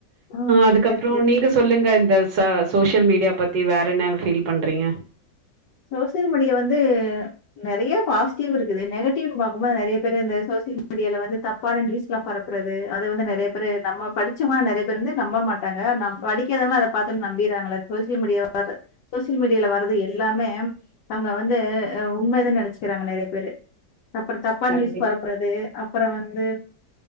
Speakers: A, on the left (about 70°); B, on the right (about 80°).
A: ஆ,
B: அதுக்கப்றோ
A: சரி, சரி.
B: நீங்க சொல்லுங்க இந்த ஸ ஸோஸியல் மீடியா பத்தி வேற என்ன ஃபீல் பண்றிங்க
A: ஸோஸியல் மீடியா வந்து நெறைய பாஸ்ட்டிவ் இருக்குது நெகட்டிவ்னு பாக்குபோது நெறைய பேரு இந்த ஸோஸியல் மீடியால வந்து தப் பான நியூஸ்லா பரப்றது அது வந்து நெறைய பேரு நம்ம படிச்சவ நெறைய பேர் வந்து நம்பமாட் டாங்க நம் படிக்காதவங்க அத பாத்தோன் நம்பிர்றாங்கள ஸோஸியல் மீடியாவ பாத்து ஸோஸியல் மீடியால வாரது எல்லாமே அவுங்க வந்து உண்மனு நெனச்சிக்றாங்க நெறைய பேரு அப்புறோ தப்பானா
B: கண்டிப்
A: நியூஸ் பரப்றது அப்றோ வந்து